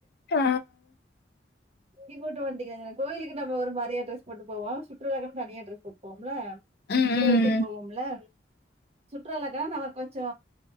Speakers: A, on the left; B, on the right.
A: ஆ
B: இப்டி போட்டு வன்ட்டீங்கங்க கோயிலுக்குன் நம்ம ஒரு மாரியா டிரெஸ் போட்டு போவோ சுற்றுலாக்குன் தனியா டிரஸ் போட் போம்ல
A: ம்
B: உட
A: ம்
B: உடுத்திட்டு போவம்ல சுற்றுலாக்கலா நம்ம கொஞ்சொ